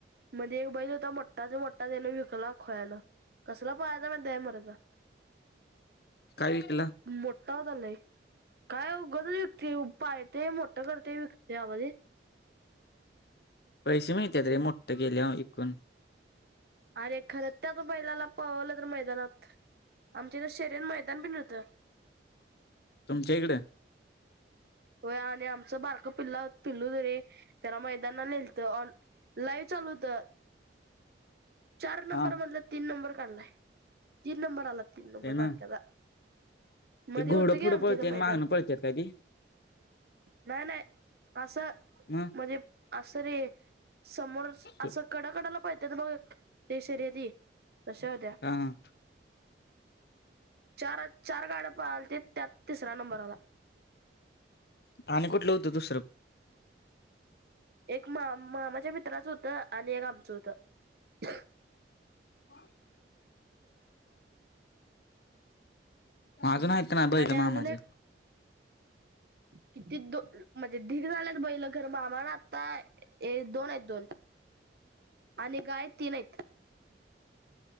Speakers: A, on the right (about 60°); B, on the left (about 60°).
A: म्हणजे एक बैल होता मो्टा ते मो्टा त्यान विकला खोयला कसला पहायचा म द मरायचा
B: काय विकला?
A: मोठ होतय काय उगच विकते पायते मोठं करते विकते आवा
B: पैसे माहती रे मोठे केेले इकून
A: अरे खरं त्यात बैलाला पावलं तर मैदानात आ शरीयन मैदान पिनत
B: तुमच्या इकडे
A: हो आणि आमचं बारक पिल्ल पिल्लू जरे त्याला मैदाना नलत लाईव चालू होत चार नंबर
B: हा
A: मधलं तीन नंबर काढलाय तीन नंबर आला तीन नंबर
B: ते ना
A: बारक्याचा मध्ये
B: ते घोडं
A: होत गे
B: पुढं
A: आमच्या
B: पळते
A: इथ मैदान
B: आणि मागणं पळत्यात काय ते
A: नाही नाही असं
B: मग
A: म्हणजे असं रे समोर
B: हा
A: असं कडकडाला पाहित बघ त कश द्या
B: हा
A: चार चार गाड्या पालत त्यात तिसऱ्या नंबरला
B: पाणी कुठलं होतं दुसरं
A: एक मा मा माझ्या मित्राचं होतं आणि एक आमचं होत
B: हा माझं मात ना बलं
A: आणि अजून
B: मा माझं
A: एक किती दो म्हणजे ढीग झाल्यात बैलं घर मामा ना आता हे दोन आहेत दोन आणि गाय तीनत